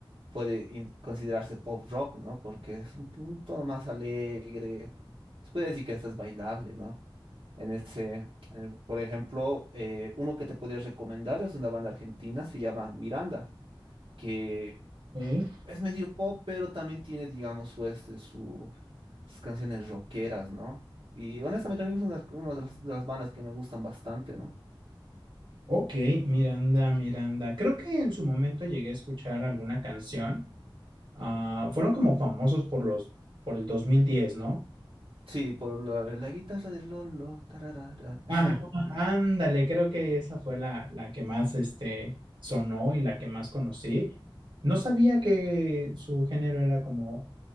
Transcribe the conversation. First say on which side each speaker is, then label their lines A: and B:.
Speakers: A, on the right (about 80°); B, on the right (about 60°).
A: puede in- considerarse pop rock, ¿no? Porque es un, un tono más alegre. Se puede decir que hasta es bailable, ¿no? En ese, en- por ejemplo, eh, uno que te podría recomendar es una banda argentina, se llama Miranda, que
B: Ok,
A: es medio pop, pero también tiene, digamos, su, este, su, sus canciones rockeras, ¿no? Y honestamente a mí es una, una de, las de las bandas que me gustan bastante, ¿no?
B: Ok, Miranda, Miranda. Creo que en su momento llegué a escuchar alguna canción. Ah, fueron como famosos por los, por el dos mil diez ¿no?
A: Sí, por la, la guitarra de Lolo, tararara. <laughs>
B: Ah, ándale, creo que esa fue la, la que más este, sonó y la que más conocí. No sabía que su género era como